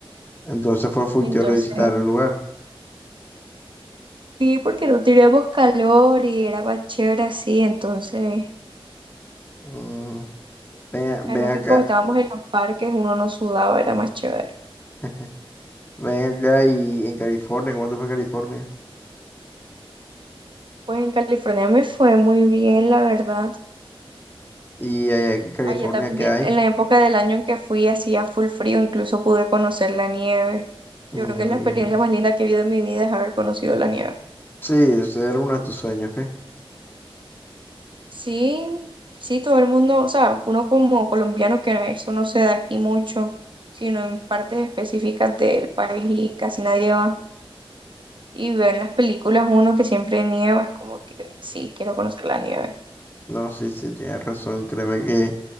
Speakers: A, on the left (about 25°); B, on the right (about 60°).
A: Entonces fue full
B: Entonces,
A: teórico de visitar el lugar.
B: sí, porque no teníamos calor y era más chévere así, entonces...
A: Mm, Ven, a- ven
B: Además
A: acá,
B: que como estábamos en los parques, uno no sudaba, era más chévere.
A: <laughs> ven acá y en California, ¿cómo te fue en California?
B: Pues en California me fue muy bien, la verdad.
A: Y allá en California,
B: Allá también,
A: ¿qué hay?
B: en la época del año en que fui, hacía full frío, incluso pude conocer la nieve.
A: Mm,
B: Yo creo que es la experiencia más linda que he vivido en mi vida es haber conocido la nieve.
A: sí, ese era uno de tus sueños,
B: Sí, sí, todo el mundo, o sea, uno como colombiano que eso no se da aquí mucho, sino en partes específicas del país y casi nadie va. Y ver en las películas uno que siempre nieva, es como que sí, quiero conocer la nieve.
A: No, sí, sí, tienes razón. Créeme que